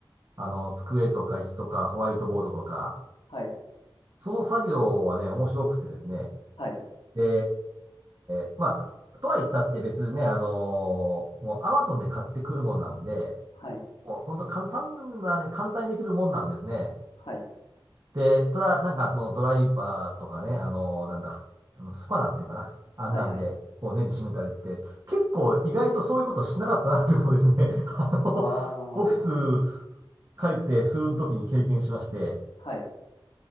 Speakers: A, on the right (about 40°); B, on the left (about 75°).
A: あの、机とか椅子とかホワイトボードとか、
B: はい。
A: その作業はね、面白くてですね、
B: はい。
A: ええまあ、とは言ったって別にね、あのーもう Amazon で買ってくるもんなんで、
B: はい。
A: もう本当簡単なね、簡単にできるもんなんですね。
B: はい。
A: で、ただなんかそのドライバーとかね、あのーなんだ、あのスパナっていうのかな。あんなんで、
B: はい。はい。
A: こうネジ締めたりって、結構意外とそういうことしてなかったなっていうのをですね、<laughs> あの、
B: あ
A: オフィス借りて数分の時に経験しまして、
B: あ。はい。